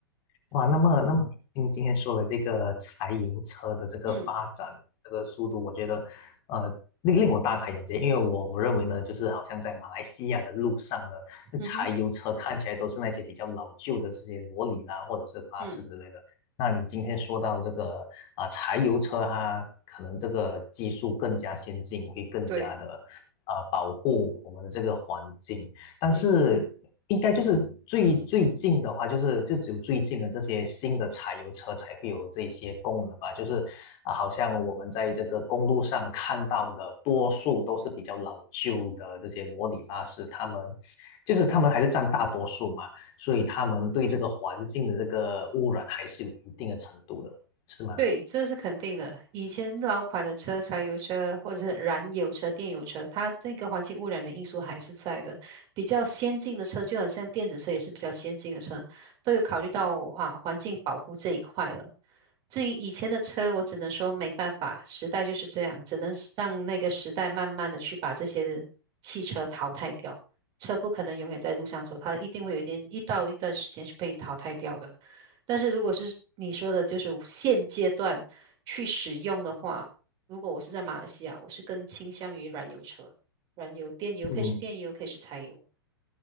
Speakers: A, on the left (about 40°); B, on the right (about 35°).
A: 哇，那么那么今今天说了这个柴油车的这个发展这个速度，
B: 嗯
A: 我觉得呃令令我大开眼界，因为我我认为呢，就是好像在马来西亚的路上呢，那柴油车看起来都是那些比较老旧的这些罗里啦，
B: 嗯哼，
A: 或者是巴士之类的。
B: 嗯，
A: 那你今天说到这个啊、柴油车它可能这个技术更加先进，会更加的啊、
B: 对，
A: 保护我们的这个环境。但是应该就是最最近的话，
B: 嗯
A: 就是就只有最近的这些新的柴油车才会有这些功能吧。就是啊，好像我们在这个公路上看到的，多数都是比较老旧的这些罗里巴士，他们就是他们还是占大多数嘛，所以他们对这个环境的这个污染还是有一定的程度的，是吗？
B: 对，这是肯定的。以前老款的车，柴油车或者是燃油车、电油车，它这个环境污染的因素还是在的。比较先进的车，就好像电子车也是比较先进的车，都有考虑到啊环境保护这一块了。至于以前的车，我只能说没办法，时代就是这样，只能是让那个时代慢慢的去把这些汽车淘汰掉。车不可能永远在路上走，它一定会有一间一到一段时间是被淘汰掉的。但是如果是你说的，就是现阶段去使用的话，如果我是在马来西亚，我是更倾向于燃油车，燃油、电油，可以是电油，
A: 嗯。
B: 可以是柴油。